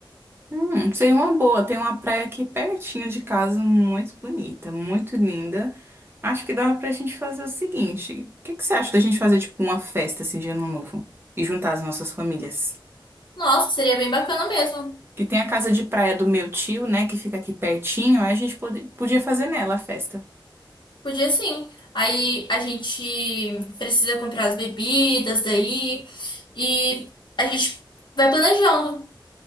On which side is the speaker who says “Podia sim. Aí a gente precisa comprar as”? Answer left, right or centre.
Left